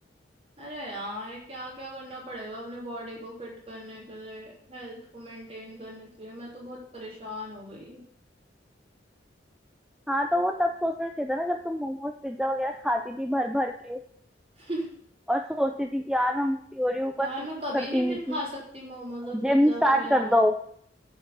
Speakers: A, on the right; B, in the centre.
A: अरे यार ये क्या क्या करना पड़ेगा अपनी बॉडी को फिट करने के लिए हेल्थ को मेंटेन करने के लिए मैं तो बहुत परेशान हो गई
B: हाँ तो वो तब सोचना चाहिए था ना जब तुम मोमोज पिज्जा वगैरह खाती थी भर भर के
A: <laughs>
B: और सोचती थी कि यार मैं मोटी हो रही हूँ पर
A: यार
B: फिर
A: मैं
B: कुछ
A: कभी
B: करती
A: नहीं फिर
B: नहीं थी
A: खा सकती मोमोज और पिज्जा
B: जिम स्टार्ट
A: वगैरह
B: कर दो